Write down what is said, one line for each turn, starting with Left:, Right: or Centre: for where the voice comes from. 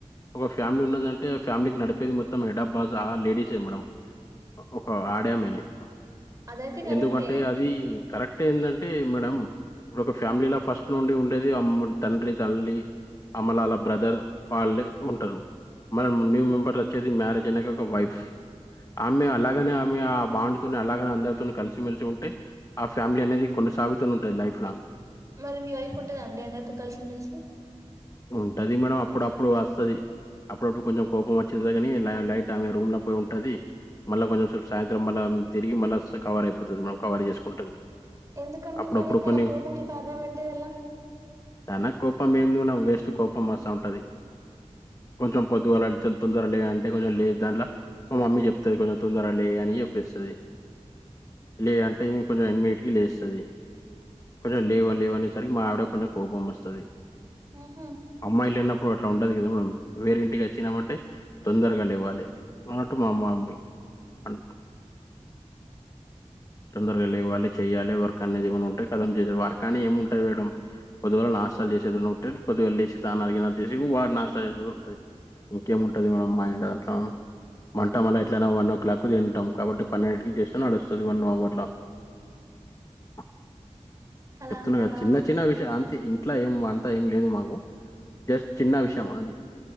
Left: ఒక ఫ్యామిలీ ఉన్నదంటే ఆ ఫ్యామిలీకి నడిపేది మొత్తం హెడ్ ఆఫ్ బాస్ ఆ లేడీస్ మేడం <unintelligible>
Right: అదైతే కరెక్టే
Left: ఎందుకంటే అ అది కరెక్ట్ ఏందంటే మేడం ఇప్పుడు ఒక ఫ్యామిలో ఫస్ట్ నుండి ఉండేది అమ్మ తండ్రి తల్లి అమ్మలాల వాళ్ళ బ్రదర్ వాళ్ళే ఉంటారు మనం న్యూ మెంబర్ల వచ్చేది మ్యారేజ్ <unintelligible> ఒక వైఫ్ ఆమె అలాగనే ఆమె ఆ బాండ్ తోనే అలాగనే అందరితో కలిసిమెలిసి ఉంట అంటే ఆ ఫ్యామిలీ అనేది కొనసాగుతూనే ఉంటుంది లైఫ్ లాంగ్
Right: మరి మీ వైఫ్ ఉంటదండి అందరితో కలిసిమెలిసి
Left: ఉంటుంది మేడం అప్పుడప్పుడు వస్తది అప్పుడప్పుడు కొంచెం కోపం వచ్చింది కానీ లైట్ ఆమె రూమ్ లో పోయి ఉంటుంది మళ్ళా కొంచెం సేపు సాయంత్రం మళ్ళా తిరిగి మళ్ళా కవర్ అయిపోతుంది మేడం కవర్ చేసుకుంటది
Right: ఎందుకండి
Left: అప్పుడప్పుడు
Right: మరి తన
Left: కొన్ని
Right: కోపంకి కారణం అంటే ఎలా
Left: తన కోపం ఏంది ఉన్నా వేస్ట్ కోపం వస్తా ఉంటుంది కొంచెం పొద్దువాల అడిచ తొందర లే అంటే కొంచెం లేదు దాంట్లో మా మమ్మీ చెప్తుంది కొంచెం తొందర లే అని చెప్పిస్తాది లేదు అంటే కొంచెం <unintelligible> లేస్తది కొంచెం లేవు లేవు అనేసరికి మా ఆవిడ కి కొంచెం కోపం వస్తది
Right: ఆహా
Left: అమ్మాయిలు లేనప్పుడు అట్ల ఉండదు కదా మేడం వేరే ఇంటికి వచ్చినామంటే తొందరగ లేవ్వాలి అన్నట్టు మా మమ్మీ అం తొందరగా లేవ్వాలి చెయాలి వర్క్ అనేది ఏమి ఉంటాయి కథం చేసే వర్క్ అని ఏమి ఉంటాది మేడం పొదివల నాష్టాలు చేసేది ఉంటే కొద్దిగా లేసి స్నానాలు దినాలు చేసి వాడు నాష్ట చేసే ఉంటుంది ఇంకేముంటుంది మేడం మైండ్ అట్ల మంట అలా ఎట్లయినా వన్ ఓ క్లా కు తింటాం కాబట్టి పన్నెంకి చేస్తే నడుస్త <unintelligible> <unintelligible>
Right: అలా
Left: చెప్తున్నా
Right: అంటారా
Left: కదా చిన్న చిన్న విషయ అంతే అట్లా ఏం అంతా ఏం లేదు మాకు జస్ట్ చిన్న విషం అది